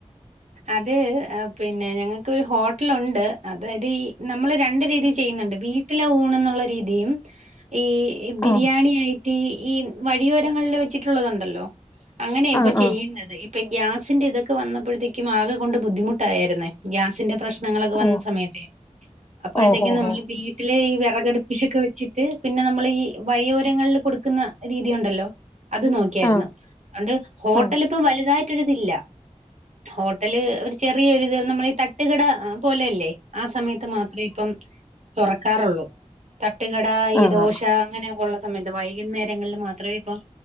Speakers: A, on the right; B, on the left.
A: അത് പിന്നെ ഞങ്ങൾക്കൊരു ഹോട്ടല് ഉണ്ട് അതായത് ഈ നമ്മൾ രണ്ട് രീതി ചെയ്യുന്നുണ്ട് വീട്ടിലെ ഊണ് എന്നുള്ള രീതിയും ഈ ബിരിയാണി
B: ആഹ്
A: ഐ- ഈ ഈ വഴിയോരങ്ങളിൽ വെച്ചിട്ടുള്ളതുണ്ടല്ലോ അങ്ങനെയ ഇപ്പൊ
B: ആഹ്
A: ചെയ്യുന്നത്
B: ആഹ്
A: ഇപ്പ ഗ്യാസിന്റെ ഇതൊക്കെ വന്നപ്പോഴേത്തെക്കും ആകെ കൊണ്ട് ബുദ്ധിമുട്ട് രുന്നെ ഗ്യാസിന്റെ പ്രശ്നങ്ങളൊക്കെ വന്ന
B: ഓഹ്
A: സമയത്ത് അപ്പോഴത്തേക്കും
B: ഓഹോ
A: നമ്മള്
B: ഹോ
A: വീ ട്ടിലെ ഈ വിറകടുപ്പിലോക്കെ വെച്ചിട്ട് പിന്നെ നമ്മൾ ഈ വഴിയോരങ്ങളിൽ കൊടുക്കുന്ന രീതി ഉണ്ടല്ലോ അത് നോക്കിയായിരുന്നു
B: ആഹ്
A: അതുകൊണ്ട് ഹോട്ടല്
B: ആഹ്
A: ഇപ്പം വലുതായിട്ടൊരിതില്ല ഹോട്ടല് ഒരു ചെറിയൊരിത് നമ്മൾ ഈ തട്ടുകട പോലെല്ലേ ആ സമയത്ത് മാത്രം ഇപ്പം തുറക്കാറുള്ളൂ തട്ടുകട ഈ
B: ആഹ്
A: ദോശ
B: ആഹ്
A: അങ്ങനെയൊക്കെ ഉള്ള സമയത്ത് വൈകുന്നേരങ്ങളിൽ മാത്രമേ ഇപ്പൊ